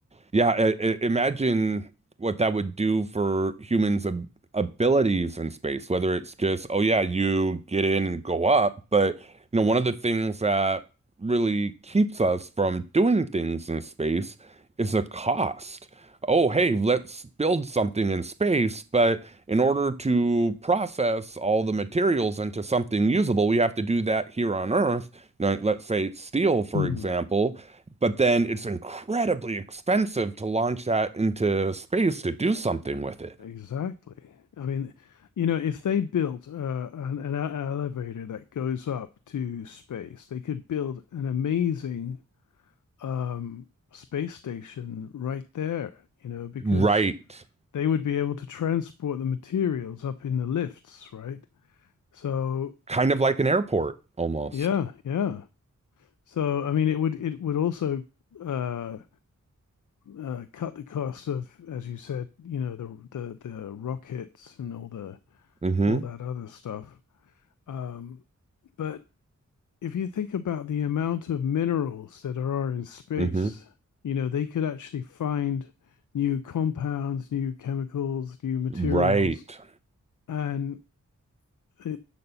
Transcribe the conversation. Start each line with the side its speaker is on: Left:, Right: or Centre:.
Right: Yeah, I, I- imagine what that would do for humans' ab abilities in space, whether it's just, oh yeah, you get in and go up, but you know, one of the things that really keeps us from doing things in space is the cost. Oh, hey, let's build something in space, but in order to process all the materials into something usable, we have to do that here on Earth. Now, let's say steel, for
Left: Mm.
Right: example. But then it's incredibly expensive to launch that into space to do something with it.
Left: Exactly. I mean, you know, if they built uh, an, an e- elevator that goes up to space, they could build an amazing um, space station right there, you know, because
Right: Right.
Left: they would be able to transport the materials up in the lifts, right? So,
Right: Kind of like an airport almost.
Left: yeah, yeah. So, I mean, it would it would also uh, uh, cut the cost of, as you said, you know, the the the rockets and all the
Right: mm hmm
Left: all that other stuff. Um, but if you think about the amount of minerals that are in space,
Right: mm hmm
Left: you know, they could actually find new compounds, new chemicals, new materials.
Right: Right.
Left: And uh,